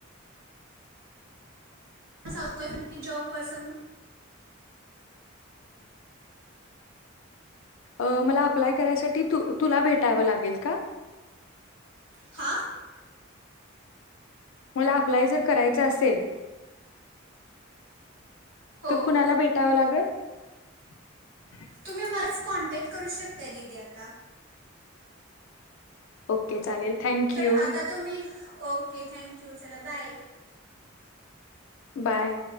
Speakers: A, on the right; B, on the left.
A: <unintelligible>
B: अ मला अप्लाय करायसाठी तू तुला भेटावं लागेल का?
A: हां
B: मला अप्लाय जर करायच असेल
A: हो
B: तर कुणाला भेटावं लागेल? <unintelligible>
A: तुम्ही मलाच कॉन्टॅक्ट करू शकताय दिदी आता.
B: ओके चालेल. थँक
A: तर
B: यू.
A: आता तुम्ही ओके थँक्यू चला बाय.
B: बाय.